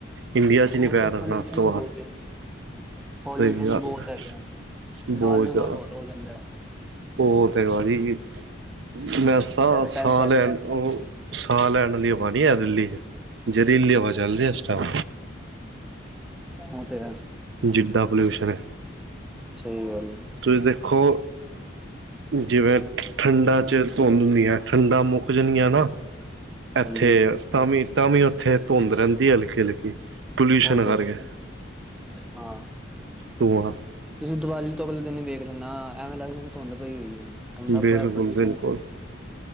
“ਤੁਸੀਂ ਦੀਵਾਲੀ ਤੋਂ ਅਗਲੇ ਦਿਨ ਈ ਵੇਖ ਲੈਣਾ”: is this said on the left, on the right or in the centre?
Centre